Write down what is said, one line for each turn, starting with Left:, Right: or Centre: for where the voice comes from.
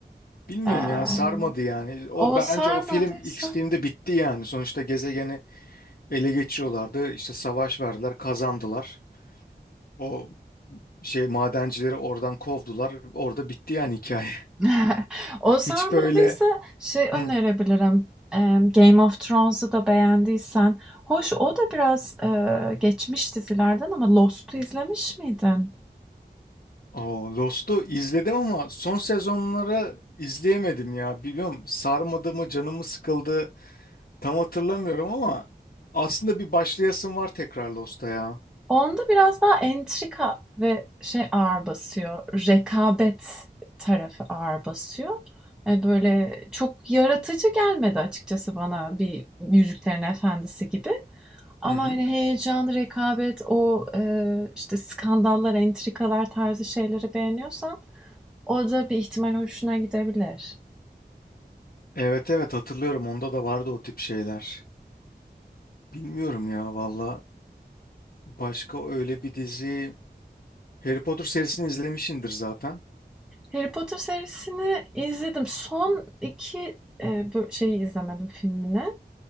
Left: bilmiyorum
Centre: Eee,
Left: ya sarmadı yani. O
Centre: <laughs> o
Left: bence
Centre: sarmadıysa
Left: o film ilk filmde bitti yani. Sonuçta gezegeni ele geçiriyorlardı. İşte savaş verdiler, kazandılar. O şey madencileri oradan kovdular. Orada bitti yani hikaye.
Centre: <laughs>
Left: <laughs>
Centre: o sarmadıysa
Left: Hiç böyle
Centre: şey önerebilirim,
Left: hı.
Centre: emm, Game of Thrones'u da beğendiysen. Hoş o da biraz, eee, geçmiş dizilerden ama Lost'u izlemiş miydin?
Left: O Lost'u izledim ama son sezonları izleyemedim ya. Bilmiyorum sarmadı mı, canımı sıkıldı. Tam hatırlamıyorum ama aslında bir başlayasım var tekrar Lost'a ya.
Centre: Onda biraz daha entrika ve şey ağır basıyor. Rekabet tarafı ağır basıyor. E, böyle çok yaratıcı gelmedi açıkçası bana bir Yüzüklerin Efendisi gibi. Ama
Left: Hı hı.
Centre: hani heyecan, rekabet, o e, işte skandallar, entrikalar tarzı şeyleri beğeniyorsan o da bir ihtimal hoşuna gidebilir.
Left: Evet evet hatırlıyorum onda da vardı o tip şeyler. Bilmiyorum ya valla başka öyle bir dizi Harry Potter serisini izlemişindir zaten.
Centre: Harry Potter serisini izledim. Son iki e, şeyi izlemedim filmini.